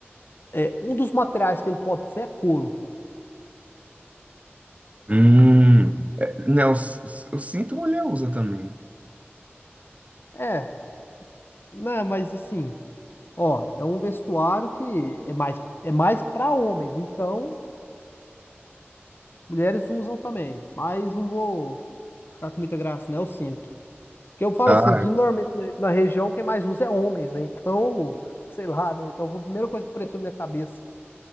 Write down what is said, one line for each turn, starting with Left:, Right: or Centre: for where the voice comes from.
Left: é, um dos materiais que ele pode ser é couro.
Right: Hum, é, não, s- s- o cinto mulher usa também.
Left: É, né, mas assim... Ó, é um vestuário que é mais é mais para homens, então mulheres usam também, mas não vou ficar com muita graça, né? Eu sinto. Porque eu falo
Right: Ah,
Left: assim, que
Right: é.
Left: normalmente na na região quem mais usa é homens, né? Então, sei lá, né? Então foi a primeira coisa que apareceu na minha cabeça.